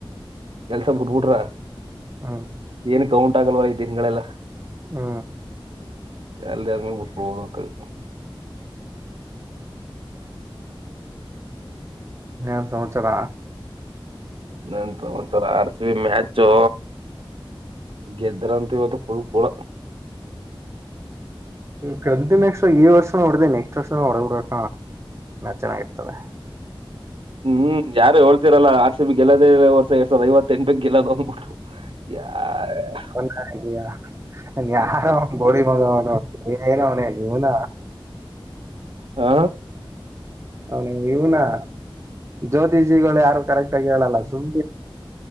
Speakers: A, on the right; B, on the right.
A: ಕೆಲ್ಸ ಬಿಟ್ಬಿಟ್ರ
B: ಹ್ಮ್
A: ಏನ್ ಕೌಂಟ್ ಆಗಲ್ವ ಈ ತಿಂಗಳೆಲ್ಲ
B: ಹ್ಮ
A: ಎಲ್ಲಂಗಬೋಗತ್ತು
B: ತ ಹಚರ
A: ನಂತ ಒತರ ಆರ್ತೀವಿ ಮ್ಯಾಚು ಗೆದ್ದ್ರ ಅಂತವದು ಫುಲ್ ಕೂಳ
B: ಕ್ದ ನೆಸ್ ಈ ವರ್ಷ ನೋಡ್ದ ನೆಕ್ಸ್ಟ್ ವರ್ಷ ಹೊಡಗಡ್ಬೇಕ ಚೆನ್ನಾಗಿರ್ತದೆ
A: ಹ್ಮ್ ಯಾರು ಹೇಳ್ತಿರಲ್ಲ ಆರ್ ಸಿ ಬಿ ಲ್ಲದೇರ್ಷ ಎರಡ್ ಸಾವ್ರದ ಐವತ್ತ ಎಂಟ ಬ ಗೆಲ್ಲೋ್ಂದ್ಬಿಟ್ಟು ಯಾರ
B: ಒಿಯ ಯಾರ ಬೋಳಿ ಬಂಗ ಏನ ಅವ ನೀವನ
A: ಹ
B: ಅವ ಇವನಾ ಜೋತಿ ಜ ಯಾರು ಕರೆಕ್ಟ್ ಆಗಿ ಹೇಳಲ್ಲ ಸುಮ್